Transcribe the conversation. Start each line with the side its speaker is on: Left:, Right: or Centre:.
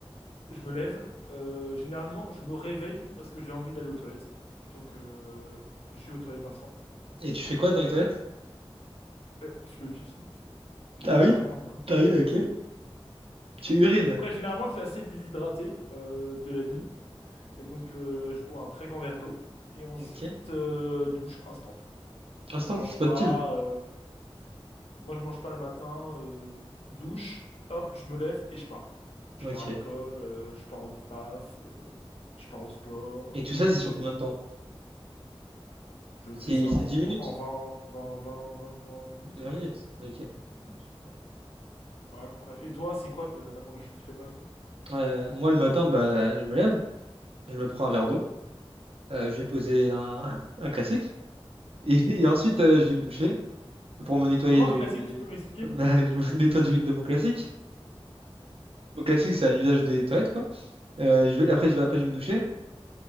Left: je me lève. euh, généralement, je me réveille parce que j'ai envie d'aller aux toilettes. Donc, euh, je vais aux toilettes instant.
Right: Et tu fais quoi dans les toilettes?
Left: Euh, je fais pipi, généralement.
Right: Ah oui? Ah
Left: <laughs>
Right: oui,
Left: Oui.
Right: ok. Tu urines.
Left: Après, généralement, je suis assez déshydraté euh, de la nuit. Et donc, euh, je bois un très grand verre d'eau. Et ensuite,
Right: Ok.
Left: euh, douche instant.
Right: Instant,
Left: On mange
Right: spawn-kill.
Left: pas. euh, Moi, je mange pas le matin, euh, douche, hop, je me lève et je pars. Je
Right: Ok.
Left: pars à l'école, euh, je pars au taf, euh, je pars au sport.
Right: Et
Left: euh,
Right: tout ça, c'est sur combien de temps?
Left: je
Right: C'est
Left: fais ça
Right: c'est
Left: en,
Right: 10 minutes?
Left: en 20 20 20 20 20 minutes,
Right: 20
Left: ouais.
Right: minutes? Ok.
Left: vingt minutes, ouais. Ouais, à peu près. Et toi, c'est quoi ta- la première chose que tu fais le matin?
Right: Euh, moi, le matin, bah, je me lève, je me prends un verre d'eau. Euh, je vais poser un, <laughs> un classique. Et,
Left: Ok.
Right: et ensuite, euh, je vais me doucher pour me nettoyer
Left: C'est quoi
Right: du.
Left: un classique, tu peux m'expliquer?
Right: <laughs> Bah, je me nettoie du de mon classique. Mon classique, c'est un usage des toilettes, quoi. Euh, je vais- après, je vais, après, je vais me doucher.